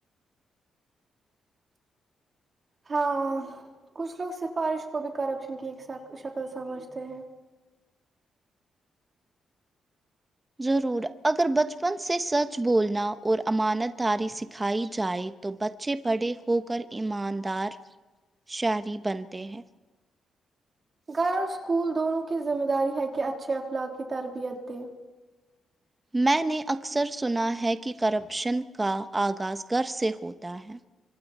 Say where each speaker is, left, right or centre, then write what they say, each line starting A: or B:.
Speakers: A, on the right; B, on the right.
A: ہاں کچھ لوگ سفارش کو بھی کرپشن کی ایک شکل سمجھتے ہیں
B: ضرور اگر بچپن سے سچ بولنا اور امانت داری سکھائی جائے تو بچے پڑے ہوکر ایماندار شہری بنتے ہیں
A: گھر اور اسکول دونوں کی ذمہ داری ہے کہ اچھے اخلاق کی تربیت دے
B: میں نے اکثر سنا ہے کہ کرپشن کا آغاز گر سے ہوتا ہے